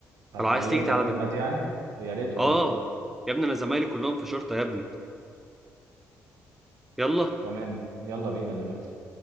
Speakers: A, on the right; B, in the centre.
A: هتحل
B: فلو عايز تيجي
A: له انت
B: تعالى
A: الازمه
B: دلوقتي
A: دي يعني يا ريت والله
B: اه يا ابني انا زمايلي كلهم في شرطة يا ابني يلا
A: تمام يلا بينا دلوقتي